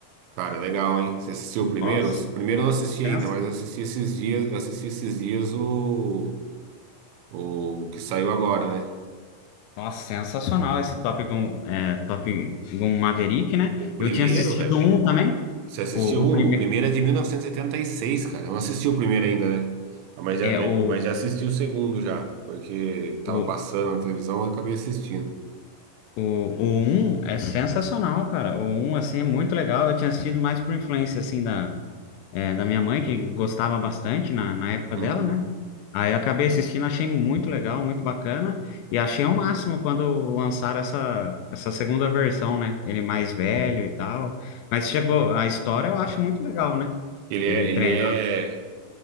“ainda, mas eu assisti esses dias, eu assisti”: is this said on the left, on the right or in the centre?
Right